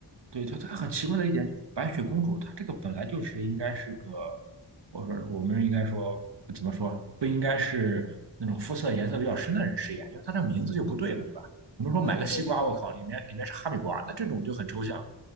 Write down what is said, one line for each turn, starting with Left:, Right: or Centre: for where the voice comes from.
Right: 对，它它很奇怪的一点就是白雪公主，她这个本来就是应该是个，我说我们应该说怎么说，不应该是那种肤色颜色比较深的人饰演，因为她这名字就不对嘛，
Left: 是，
Right: 对吧？我们说买个西瓜，
Left: 对对对，因为
Right: 我靠，里面里面是哈密瓜，那这种就很抽象。